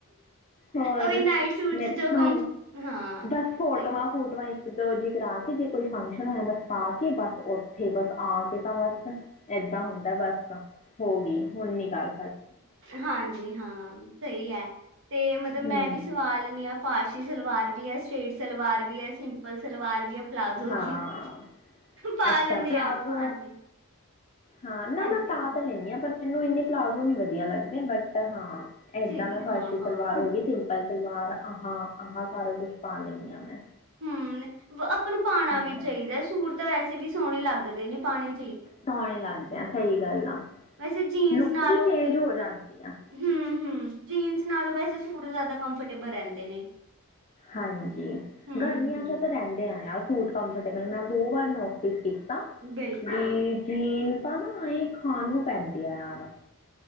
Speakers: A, on the left; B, on the right.
A: ਹੋਰ
B: ਉਹੀ ਨਾਈਟ ਸੂਟ
A: ਮੇਥੋਂ
B: 'ਚ ਜੋ ਕੰਫ ਹਾਂ,
A: ਬਸ ਫੂਟਵਾਂ-
B: ਸਹੀ।
A: ਫੋਟੋਵਾਂ <unintelligible> ਦੋ ਜੀ ਕਰਾ ਕੇ ਜੇ- ਕੋਈ ਫੰਕਸ਼ਨ ਹੋਇਆ ਬਸ ਪਾ ਕੇ ਬਸ ਉੱਥੇ ਬਸ ਆ ਕੇ ਤਾਂ ਬਸ- ਏਦਾਂ ਹੁੰਦਾ ਬਸ ਤਾਂ- ਹੋ ਗਈ ਹੁਣ ਨੀ ਕਲ-
B: ਹਾਂਜੀ ਹਾਂ ਸਹੀ ਹੈ ਤੇ ਮਤਲਬ ਮੈਂ
A: ਹੂੰ
B: ਵੀ ਸਵਾ ਲੈਣੀ ਆ ਫਾਰਸ਼- ਸਲਵਾਰ ਵੀ ਆ, ਸਟ੍ਰੇਟ ਸਲਵਾਰ ਵੀ ਆ, ਸਿੰਪਲ ਸਲਵਾਰ ਵੀ ਹੈ- ਪਲਾਜ਼ੋ
A: ਹਾਂ,
B: ਵੀ ਹੈ। ਪਾ
A: ਅੱਛਾ
B: ਲੈਂਨੇ
A: ਪਲਾਜੋ
B: ਆ, ਹਾਂਜੀ,
A: ਹਾਂ ਨਾ
B: ਹਾਂਜੀ।
A: ਮੈਂ ਪਾ ਤਾਂ ਲੈਂਨੀ ਆ ਪਰ- ਮੈਨੂੰ ਇੰਨੇ ਪਲਾਜ਼ੋ ਨੀ ਵਧੀਆ ਲੱਗਦੇ ਬਟ ਹਾਂ- ਏਦਾਂ
B: ਠੀਕ
A: ਮੈਂ
B: ਹਾਂ,
A: ਫਰਸ਼ੀ
B: ਹਾਂ।
A: ਸਲਵਾਰ ਹੋ ਗਈ ਤੀ- ਪਲ ਸਲਵਾਰ ਆਹਾ ਆਹਾ ਸਾਰਾ ਕੁਛ ਪਾ ਲੈਂਨੀ ਆ ਮੈਂ-
B: ਹਮ ਵ- ਥੋਨੂੰ ਪਾਣਾ
A: ਹੂੰ
B: ਵੀ ਚਾਹੀਦਾ ਸੂਟ ਤਾਂ ਵੈਸੇ- ਫਿਰ ਵੀ ਸੋਹਣੇ ਲੱਗਦੇ ਨੇ ਪਾਨੇ-
A: ਸੋਹਣੇ ਲੱਗਦੇ ਆ ਸਹੀ- ਗੱਲ ਆ।
B: ਵੈਸੇ ਜੀਨਸ
A: ਲੁੱਕ
B: ਨਾਲੋਂ
A: ਵੀ ਚੇਂਜ
B: ਹਮ
A: ਹੋ ਜਾਂਦੀ ਆ
B: ਹਮ ਜੀਨਸ ਨਾਲੋਂ ਵੈਸੇ ਸੂਟ ਜ਼ਿਆਦਾ ਕੰਫਰਟੇਬਲ ਟੇਬਲ ਰਹਿੰਦੇ ਨੇ।
A: ਹਾਂਜੀ
B: ਹੂੰ-ਹੂੰ,
A: ਗਰਮੀਆਂ ਚੋਂ ਤਾਂ ਰਹਿੰਦੇ ਆ- ਸੂਟ ਕੰਫਰਟੇਬਲ ਮੈਂ ਬਹੁ ਵਾਰ ਨੋਟਸ ਕੀਤੀ- ਤਾ
B: ਬਿਲਕੁਲ
A: ਜੀਨ ਜੀਨ- ਆਪਾਂ ਨਾ ਏਹ ਖਾਣ ਨੂੰ ਪੈਂਦਾ- <unintelligible> ਨੂੰ